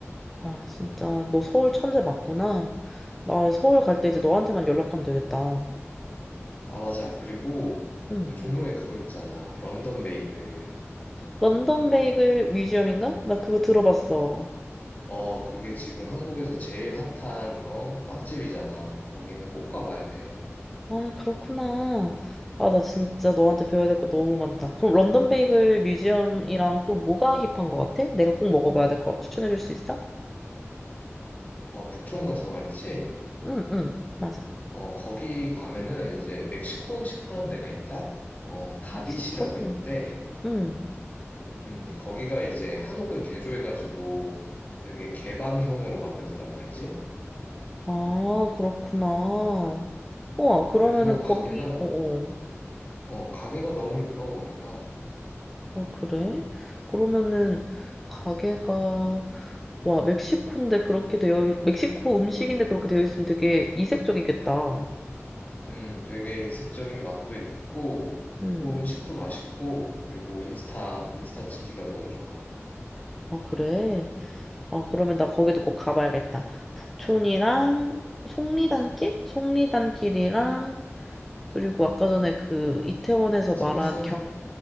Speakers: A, in the centre; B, on the left.
A: 아, 진짜 너 서울 천재 맞구나. 나 서울
B: 음.
A: 갈 때 이제 너한테만 연락하면 되겠다.
B: 아, 맞아. 그리고
A: 응.
B: 그 종로에 그거 있잖아. 런던 베이글.
A: 런던 베이글 뮤지엄인가? 나 그거 들어봤어.
B: 어, 그게 지금 한국에서 제일 핫한 어, 빵집이잖아. 거기는 꼭 가봐야 돼.
A: 아, 그렇구나. 아, 나 진짜 너한테 배워야 될 거 너무 많다. 그럼 런던 베이글 뮤지엄이랑 또 뭐가 힙한 거 같아? 내가 꼭 먹어봐야 될 거 추천해 줄 수 있어?
B: 어, 북촌 가서 말이지.
A: 응, 응, 맞아.
B: 어, 거기 가면은 이제 멕시코 음식 파는 데가 있다? 어, 가디시라고
A: 멕시코.
B: 있는데,
A: 응.
B: 음, 거기가 이제 한옥을 개조해가지고 되게 개방형으로 만들었단 말이지.
A: 아, 그렇구나. 우와, 그러면은
B: 그래서
A: 거기,
B: 가게가,
A: 어, 어.
B: 어, 가게가 너무 이뻐, 거기가.
A: 어, 그래? 그러면은 가게가, 와, 멕시코인데 그렇게 되어, 멕시코 음식인데 그렇게 되어 있으면 되게 이색적이겠다.
B: 음, 되게 이색적인 맛도 있고,
A: 응.
B: 뭐 음식도 맛있고, 그리고 인스타, 인스타 찍기가 너무 좋아.
A: 아, 그래? 어, 그러면 나 거기도 꼭 가봐야겠다. 북촌이랑 속리단길? 속리단길이랑 그리고 아까 전에 그 이태원에서 말한
B: 성수?
A: 경,